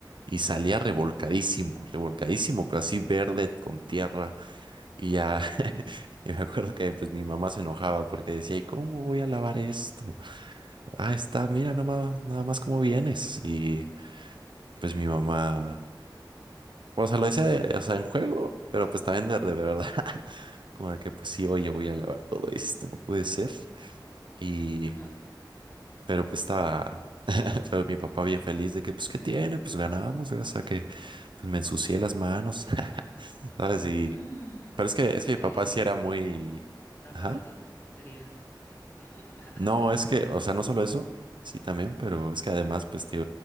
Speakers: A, on the right; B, on the left.
A: y salía revolcadísimo, revolcadísimo, pero así verde con tierra, y ya, <laughs> y me acuerdo que pues mi mamá se enojaba porque decía, ¿y cómo voy a lavar esto? Ah, está, mira, nada más, nada más cómo vienes. Y pues mi mamá, o sea, lo decía, de- o sea, en juego, pero pues también de, de verdad, <laughs> como de que pues sí, oye, voy a lavar todo esto, no puede ser. Y,
B: ajá.
A: pero pues estaba, <laughs> pero mi papá bien feliz de que pues, ¿qué tiene? Pues ganamos, gracias a que pues me ensucié las manos, <laughs> ¿sabes? Y,
B: <gasps>
A: pero es que, es
B: De
A: que mi
B: que
A: papá sí era muy,
B: tapaba
A: ajá.
B: toda la portería. <laughs>
A: No, es que, o sea, no solo eso, sí también, pero es que además, pues te,